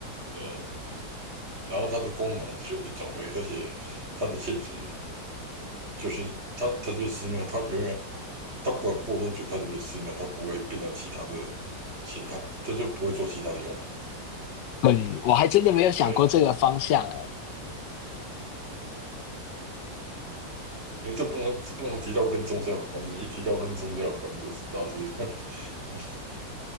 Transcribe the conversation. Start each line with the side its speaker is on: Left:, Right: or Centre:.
Right: 对，然后它的功能只有一种而已而且它的性质就是它它就是寺庙，它永远它不管过多久，它就是寺庙，它不会变成其他的形态，它就不会做其他的用途。
Left: 对，我还真的没有想过这个方向哎、
Right: 对，因为这不能这不能提到跟宗教有关，你一提到跟宗教有关就知道是 <laughs>。